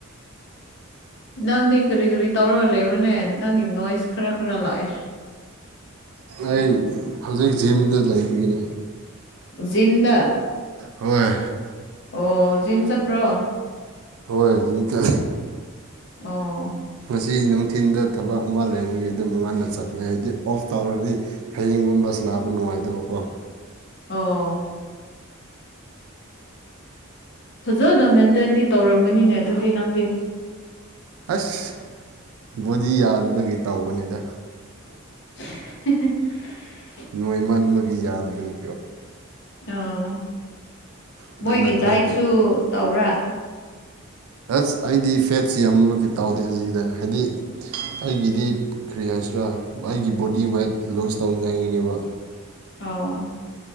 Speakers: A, on the left; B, on the right.
A: ꯅꯪꯗꯤ ꯀꯔꯤ ꯀꯔꯤ ꯇꯧꯔꯒ ꯂꯩꯕ꯭ꯔꯅꯦ ꯅꯪꯒꯤ ꯅꯣꯏꯁ ꯈꯔ ꯈꯔ ꯂꯥꯛꯑꯦ <inaudible>
B: ꯑꯩ ꯍꯧꯖꯤꯛ ꯖꯤꯝꯗ ꯂꯩꯕꯒꯤꯅꯦ
A: ꯖꯤꯃꯗꯥ
B: ꯍꯣꯏ
A: ꯑꯣ ꯖꯤꯝ ꯆꯠꯞ꯭ꯔꯣ
B: ꯍꯣꯏ ꯖꯤꯝ ꯆꯠꯂꯤ
A: ꯑꯣ
B: ꯃꯁꯤ ꯅꯨꯡꯊꯤꯟꯗ ꯊꯕꯛ ꯑꯃ ꯂꯩꯕꯒꯤ ꯑꯗꯨꯝꯛ ꯉꯟꯅ ꯆꯠꯃꯦ ꯍꯥꯏꯗꯤ ꯑꯣꯐ ꯇꯧꯔꯒꯗꯤ ꯍꯌꯦꯡꯒꯨꯝꯕ ꯁꯅꯥꯕ ꯅꯨꯡꯉꯥꯏꯇꯕꯀꯣ
A: ꯑꯣ ꯐꯖꯅ ꯃꯦꯟꯇꯦꯟꯗꯤ ꯇꯧꯔꯝꯒꯅꯤꯅꯦ ꯑꯗꯨꯗꯤ ꯅꯪꯗꯤ
B: ꯑꯁ ꯕꯣꯗꯤ ꯌꯥꯗꯕꯒꯤ ꯇꯧꯕꯅꯤꯗ
A: <unintelligible>
B: ꯅꯣꯏ ꯃꯟꯕꯒꯤ ꯌꯥꯗꯕꯒꯤ
A: ꯑꯣ
B: ꯑꯗꯨ
A: ꯃꯣꯏꯒꯤ
B: ꯅꯠꯇ꯭ꯔꯗꯤ
A: ꯗꯥꯏꯠꯁꯨ ꯇꯧꯕ꯭ꯔꯥ
B: ꯍꯁ ꯑꯩꯗꯤ ꯐꯦꯠꯁꯤ ꯌꯥꯝꯂꯀꯤ ꯇꯥꯎꯗꯦ ꯍꯧꯖꯤꯛꯀꯤꯗ ꯍꯥꯏꯗꯤ ꯑꯩꯒꯤꯗꯤ ꯀ꯭ꯔꯤ ꯍꯥꯏꯁꯤꯔ ꯑꯩꯒꯤ ꯕꯣꯗꯤ ꯋꯦꯠ ꯂꯨꯖ ꯇꯧꯅꯤꯡꯉꯥꯏꯒꯤꯅꯦꯕ
A: ꯑꯣ